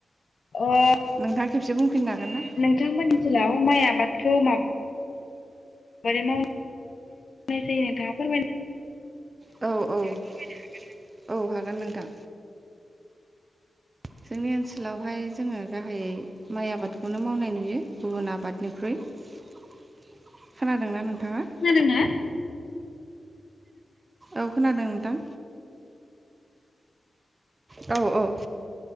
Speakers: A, on the left; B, on the right.
A: ओ
B: नोंथाङा खेबसे बुंफिननो हागोन ना
A: थांमोननि ओनसोलाव माइ आबादखौ मा बोरै माव नाय जायो नोंथाङा फोरमाय
B: औ औ <unintelligible> औ हागोन नोंथां जोंनि ओनसोलावहाय जोङो गाहायै माइ आबादखौनो मावनाय नुयो गुबुन आबादनिख्रुइ खानादोंना नोंथाङा
A: खोनादों ना
B: औ खोनादों नोंथां औ औ